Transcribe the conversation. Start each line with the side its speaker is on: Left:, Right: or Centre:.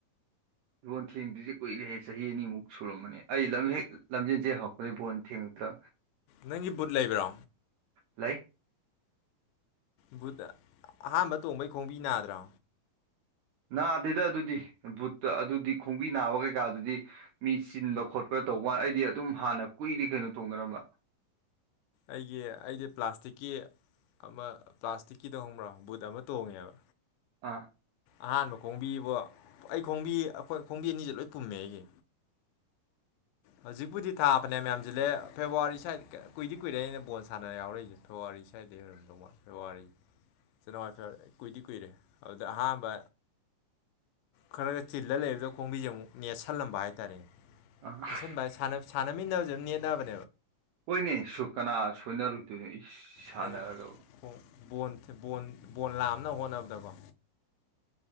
Right: ꯕꯣꯟ ꯊꯦꯡꯗꯨ꯭ꯔꯤꯁꯦ ꯀꯨꯏꯔꯦꯍꯦ ꯆꯍꯤ ꯑꯅꯤꯃꯨꯛ ꯁꯨꯔꯝꯃꯅꯦ ꯑꯩ ꯂꯝ ꯍꯦꯛ ꯂꯝꯖꯦꯟ ꯆꯦꯟ ꯍꯧꯔꯛꯄꯗꯒꯤ ꯕꯣꯟ ꯊꯦꯡꯉꯛꯇ꯭ꯔꯥ
Left: ꯅꯪꯒꯤ ꯕꯨꯠ ꯂꯩꯕ꯭ꯔꯣ
Right: ꯂꯩ
Left: ꯕꯨꯠ ꯑꯍꯥꯝꯕ ꯇꯣꯡꯕꯩ ꯈꯣꯡꯕꯤ ꯅꯗ꯭ꯔꯣ
Right: ꯅꯥꯗꯦꯗ ꯑꯗꯨꯗꯤ ꯕꯨꯠꯇ ꯑꯗꯨꯗꯤ ꯈꯣꯡꯕꯤ ꯅꯥꯕ ꯀꯩꯀꯥꯗꯨꯗꯤ ꯃꯤ ꯆꯤꯟꯕ ꯈꯣꯠꯄ ꯇꯧꯋꯥꯟꯅꯦ ꯑꯩꯗꯤ ꯑꯗꯨꯝ ꯍꯥꯟꯅ ꯀꯨꯏꯔꯤ ꯀꯩꯅꯣ ꯇꯧꯅꯔꯝꯕ
Left: ꯑꯩꯒꯤ ꯑꯩꯗꯤ ꯄ꯭ꯂꯥꯁꯇꯤꯛꯀꯤ ꯑꯃ ꯄ꯭ꯂꯥꯁꯇꯤꯛꯀꯤꯗ ꯍꯣꯡꯕ꯭ꯔꯣ ꯕꯨꯠ ꯑꯃ ꯇꯣꯡꯉꯦꯕ
Right: ꯑꯥ
Left: ꯑꯍꯥꯟꯕ ꯈꯣꯡꯕꯤꯕꯣ ꯑꯩ ꯈꯣꯡꯕꯤ ꯑꯩꯈꯣꯏ ꯈꯣꯡꯕꯤ ꯑꯅꯤꯁꯦ ꯂꯣꯏ ꯄꯨꯝꯃꯦ ꯑꯩꯒꯤ ꯍꯧꯖꯤꯛꯄꯨꯗꯤ ꯊꯥ ꯐꯅꯦꯝꯃꯌꯥꯝꯁꯤꯜꯂꯦ ꯐꯦꯕꯋꯥꯔꯤ ꯁ꯭ꯋꯥꯗ ꯀꯨꯏꯗꯤ ꯀꯨꯏꯔꯦ ꯑꯩꯅ ꯕꯣꯜ ꯁꯥꯕ ꯌꯥꯎꯔꯛꯏꯁꯦ ꯊꯧꯋꯔꯤ ꯁꯥꯏꯗꯦꯏ ꯑꯣꯏꯗꯧ ꯃꯥꯜꯂꯦ ꯐꯦꯋꯥꯔꯤ ꯖꯦꯟꯅꯥꯋꯔꯤ ꯐꯤꯋꯔꯤ ꯀꯨꯏꯗꯤ ꯀꯨꯏꯔꯦ ꯑꯗꯨꯗ ꯑꯍꯥꯟꯕ ꯈꯔ ꯆꯤꯜꯂ ꯂꯩꯕꯗꯣ ꯈꯣꯡꯕꯤꯁꯦ ꯑꯃꯨꯛ ꯅꯦꯠꯁꯜꯂꯝꯕ ꯍꯥꯏꯇꯔꯦ
Right: <inaudible>
Left: ꯊꯟꯕ ꯁꯥ ꯁꯅꯕꯃꯤꯟꯅꯥꯖꯕ ꯅꯤꯠꯅꯦꯕ
Right: ꯍꯣꯏꯅꯦ ꯁꯨ ꯀꯅꯥ ꯁꯣꯏꯅꯔꯨꯗꯣꯏꯅꯣ ꯏꯁ ꯁꯥꯟꯅꯔꯒꯕꯨ
Left: ꯍꯥꯏꯗꯤ ꯕꯣ ꯕꯣꯟ ꯕꯣꯟ ꯕꯣꯟ ꯂꯥꯝꯅꯕ ꯍꯣꯠꯅꯕꯗꯀꯣ